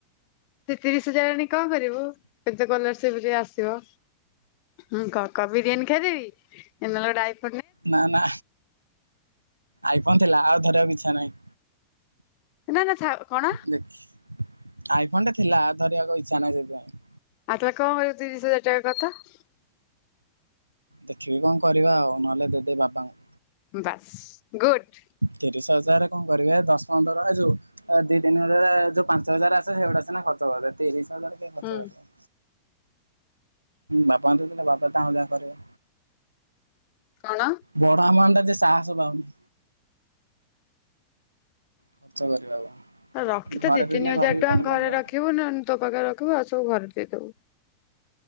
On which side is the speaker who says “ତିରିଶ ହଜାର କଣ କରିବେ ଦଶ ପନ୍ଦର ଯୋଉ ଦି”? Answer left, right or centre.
Right